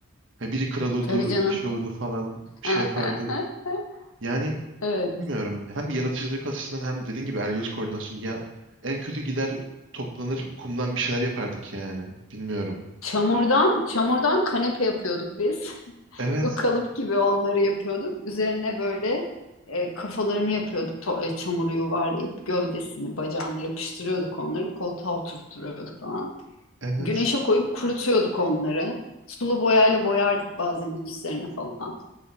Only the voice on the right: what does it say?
Ha, biri kral olurdu,
bir şey olurdu falan, bir
şey yapardı. Yani
bilmiyorum. Hem yaratıcılık açısından hem dediğin gibi el-göz koordinasyonu. Ya en kötü gider toplanır kumdan bir şeyler yapardık yani. Bilmiyorum.
Evet,
evet,